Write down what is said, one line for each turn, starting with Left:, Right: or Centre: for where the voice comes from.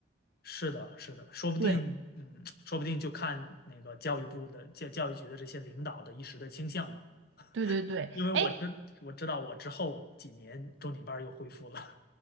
Left: 是的，是的，说不定，
Right: 对，
Left: 嗯，说不定就看那个教育部的教教育局的这些领导的一时的倾向嘛。
Right: 对对对，
Left: 因为我知我知道我之后几年重点班儿又恢复了
Right: 哎，